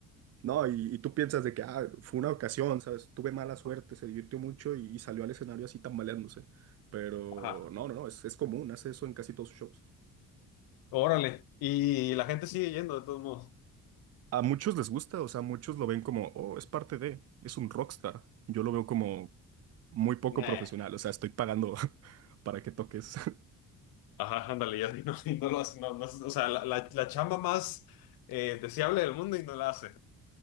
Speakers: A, on the right (about 45°); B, on the left (about 80°).
A: No, y, y tú piensas de que ah, fue una ocasión, ¿sabes? Tuve mala suerte, se divirtió mucho y, y salió al escenario así tambaleándose. Pero
B: Ajá.
A: no, no, no, es, es común, hace eso en casi todos sus shows.
B: Órale. Y la gente sigue yendo, de todos modos.
A: A muchos les gusta, o sea, muchos lo ven como, oh, es parte de, es un rockstar. Yo lo veo como muy poco
B: Nah.
A: profesional, o sea, estoy pagando <laughs> para que toques. <laughs>
B: Ajá, ándale, ya <laughs> y no, y no lo hace, no, no, o sea, la, la, la chamba más eh, deseable del mundo y no la hace.